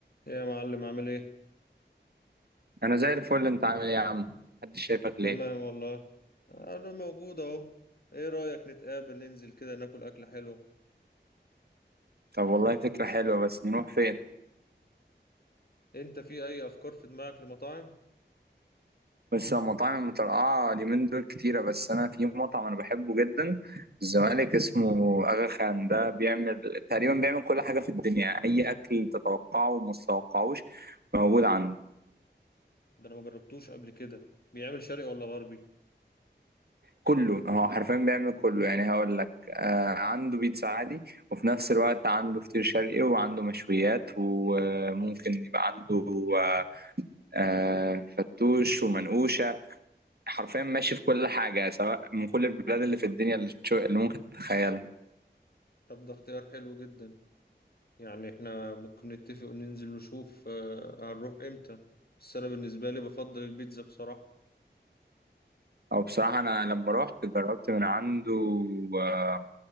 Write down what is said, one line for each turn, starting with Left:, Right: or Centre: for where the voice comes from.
Left: إيه يا معلم عامل ايه؟
Right: انا زي الفل انت عامل ايه يا عم محدش شايفك
Left: تمام
Right: ليه
Left: والله انا موجود اهو ايه رأيك نتقابل ننزل كده ناكل اكل حلو
Right: طب والله فكره حلوه بس نروح فين
Left: انت في اي افكار في دماغك لمطاعم؟
Right: بس المطاعم المترقعه اليومين دول كتيره بس انا في مطعم انا بحبه جدا في الزمالك اسمه اغا خان ده بيعمل تقريبا بيعمل كل حاجه في الدنيا اي اكل تتوقعه وما تتوقعوش موجود عنده
Left: ده انا ما جربتوش قبل كده بيعمل شرقي ولا غربي؟
Right: كله هو حرفيا بيعمل كله يعني هقول لك آه عنده بيتزا عادي وفي نفس الوقت عنده فطير شرقي وعنده مشويات وممكن يبقى عنده آه آه، فتوش ومنقوشة حرفيا ماشي في كل حاجة سواء من كل البلاد اللي في الدنيا اللي, تشو... اللي ممكن تتخيلها
Left: طب ده اختيار حلو جدا يعني احنا ممكن نتفق وننزل نشوف آه، هنروح امتى بس انا بالنسبة لي بفضل البيتزا بصراحة
Right: أو بصراحة أنا لما روحت جربت من عنده آه،